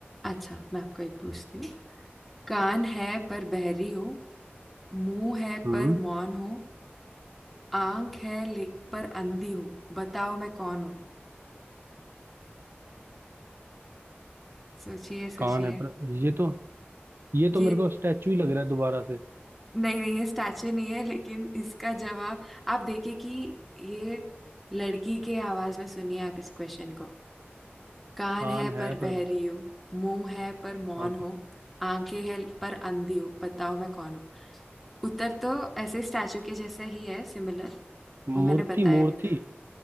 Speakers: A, in the centre; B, on the right.
A: अच्छा मैं आपको एक पूछती हूँ कान है पर बहरी हो मुंह है
B: हम्म
A: पर मौन हो आंख है ले पर अंधी हो बताओ मैं कौन हूँ सोचिए सोचिए
B: कान है पर ये तो ये तो
A: ये
B: मेरे को स्टैचू ही लग रहा है दोबारा से
A: नहीं नहीं ये स्टैचू नहीं है लेकिन इसका जवाब आप देखिए कि ये लड़की के आवाज में सुनिए आप इस क्वेश्चन को कान
B: कान
A: है
B: है
A: पर बहरी
B: पर
A: हो मुंह है पर मौन
B: ओके
A: हो आंखें हैं पर अंधी हो बताओ मैं कौन हूँ उत्तर तो ऐसे स्टैचू के जैसा ही है सिमिलर वो
B: मूर्ति
A: मैंने बताया
B: मूर्ति
A: भी था